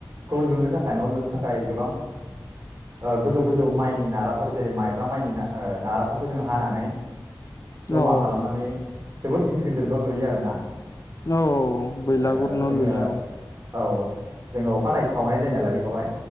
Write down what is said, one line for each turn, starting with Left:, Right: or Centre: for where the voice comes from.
Right: खौ लुनो थाखाय न लुनो थाखाय गोबां ओ गोजौ गोजौ माइनि नाराफोर जेरै माइब्रा माइनि ओ नाराफोरखौ जोङो हानानै जमा
Left: औ
Right: खालामनानै
Left: औ
Right: जोबोद गिदिर गिदिर नलुयो आरोना
Left: औ औ बैलागुर
Right: ओ
Left: न
Right: जोङो
Left: लुयो औ
Right: औ जोङो अखानायै सावनाय जायो नालाय बेखौहाय